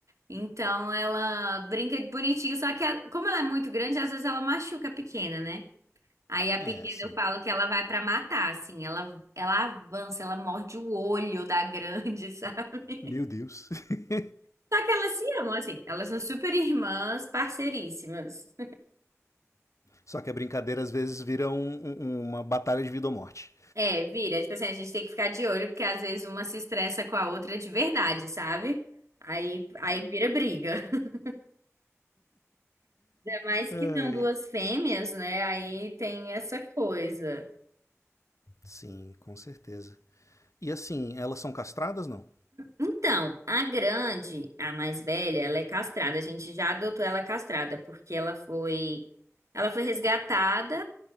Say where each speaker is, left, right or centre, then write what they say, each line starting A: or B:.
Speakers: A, on the right; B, on the left.
A: Então ela brinca de bonitinha, só que a- como ela é muito grande, às vezes ela machuca a pequena, né? Aí a pequena
B: É, sim.
A: eu falo que ela vai pra matar, assim. Ela, ela avança, ela morde o olho da grande, <laughs> sabe?
B: Meu Deus. <laughs>
A: Só que elas se amam, assim. Elas são super irmãs, parceiríssimas.
B: Só que a brincadeira às vezes vira um- um- uma batalha de vida ou morte.
A: É, vira. Tipo assim, a gente tem que ficar de olho, porque às vezes uma se estressa com a outra de verdade, sabe? Aí, aí vira briga. <laughs> Ainda mais
B: Ai,
A: que são duas fêmeas, né? Aí tem essa coisa.
B: Sim, com certeza. E assim, elas são castradas, não?
A: Então, a grande, a mais velha, ela é castrada. A gente já adotou ela castrada, porque ela foi, ela foi resgatada.